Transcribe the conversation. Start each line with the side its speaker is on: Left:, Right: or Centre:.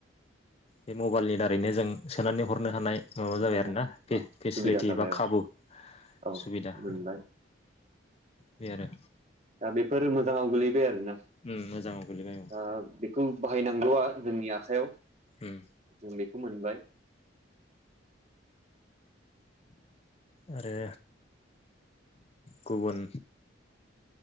Left: बे मबाइलनि दारैनो जों सोनानै हरनो हानाय माबा
Right: हरनो
Left: जायो आरोना
Right: हायो औ
Left: फेसिलिटि
Right: सुबिदा जाबाय
Left: बा खाबु
Right: औ
Left: सुबिदा
Right: मोनबाय
Left: बे आरो
Right: दा बेफोर मोजाङाव गोलैबाय आरोना दा
Left: उम मोजाङाव गोलैबाय औ
Right: बेखौ बाहायनांगौआ जोंनि आखायाव
Left: उम
Right: जों बेखौ मोनबाय
Left: आरो गुबन